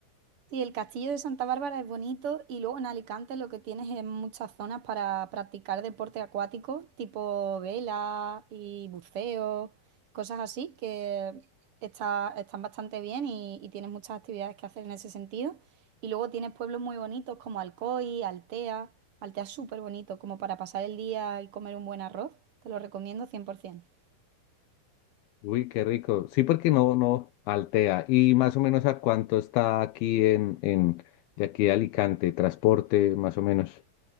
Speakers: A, on the right; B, on the left.
A: Sí, el castillo de Santa Bárbara es bonito y luego en Alicante lo que tienes es muchas zonas para practicar deporte acuático, tipo vela y buceo, cosas así que está- están bastante bien y, y tienes muchas actividades que hacer en ese sentido. Y luego tienes pueblos muy bonitos como Alcoy, Altea. Altea es súper bonito como para pasar el día y comer un buen arroz. Te lo recomiendo 100%.
B: Uy, qué rico. Sí, porque no, no altea. ¿Y más o menos a cuánto está aquí en, en de aquí a Alicante, transporte, más o menos?